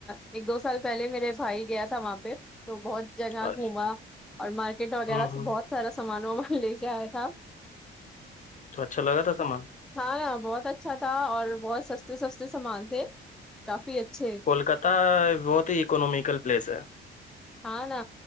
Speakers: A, in the centre; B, on the left (about 40°).
A: ایک دو سال پہلے میرے بھائی گیا تھا وہاں پہ تو بہت جگہ
B: اچھا
A: گھوما اور مارکیٹ وغیرہ
B: ہوں ہوں
A: س بہت سارا سمان ومان لے کے آیا تھا
B: تو اچھا لگا تھا سامان
A: ہاں ہ بہت اچھا تھا اور بہت سستے سستے سامان تھے کافی اچھے
B: کولکہ بہت ہی اکنامکل پلیس ہے
A: ہاں نا